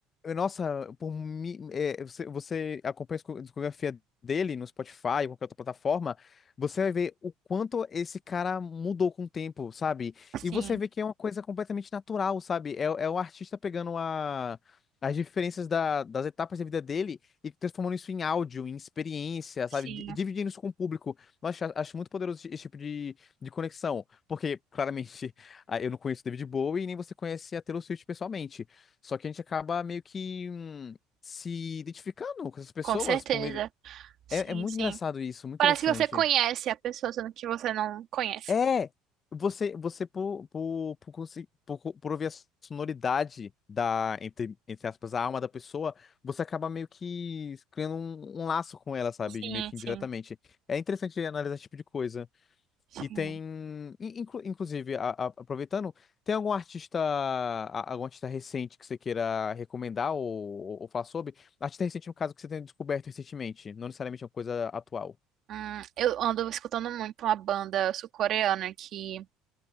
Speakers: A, on the left (about 25°); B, on the right (about 40°).
A: Nossa, por mi- é, você, você acompanha a disco- discografia dele no Spotify, qualquer outra plataforma, você vai ver o quanto esse cara mudou com o tempo, sabe?
B: Sim,
A: E você vê que é uma coisa completamente natural, sabe? É, é o artista pegando a, as diferenças da- das etapas da vida dele e transformando isso em áudio, em experiência,
B: sim,
A: sabe? Di- Dividindo isso com o público. Nossa, acho acho muito poderoso esse esse tipo de, de conexão, porque claramente <laughs> ah, eu não conheço David Bowie e nem você conhece a Taylor Swift pessoalmente. Só que a gente acaba meio que hum, se identificando com essas pessoas
B: com certeza.
A: por meio. de-
B: Sim,
A: É, é muito
B: sim.
A: engraçado isso, muito
B: Parece
A: interessante.
B: que você conhece a pessoa, sendo que você não conhece.
A: É! Você, você por, por, por, consi- por, co- por ouvir a sonoridade da, entre, entre aspas, a alma da pessoa, você acaba meio que criando um, um laço com ela, sabe?
B: Sim,
A: Meio que
B: sim,
A: indiretamente. É interessante analisar esse tipo de coisa.
B: sim.
A: E tem, in- inclu- inclusive, a- a- aproveitando, tem algum artista, a- algum artista recente que você queira recomendar ou, ou, ou falar sobre? Artista recente, no caso, que você tenha descoberto recentemente, não necessariamente uma coisa atual,
B: Hum, eu ando escutando muito uma banda sul-coreana que,